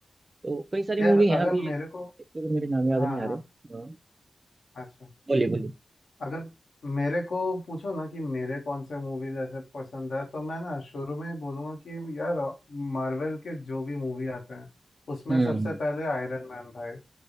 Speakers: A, on the right; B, on the left.
A: तो कई सारी
B: यार
A: मूवी हैं
B: अगर
A: अभी
B: मेरे
A: एक
B: को
A: एक तो मेरे नाम याद
B: हाँ
A: नहीं
B: हाँ
A: आ रहे हाँ
B: अच्छा
A: बोलिए बोलिए
B: अगर मेरे को पूछो ना कि मेरे कौन से मूवीज ऐसे पसंद है तो मैं ना शुरू में ही बोलूंगा कि यार मार्वल के जो भी मूवी आते हैं उसमें
A: हम्म
B: सबसे
A: हम्म
B: पहले आयरन मैन भाई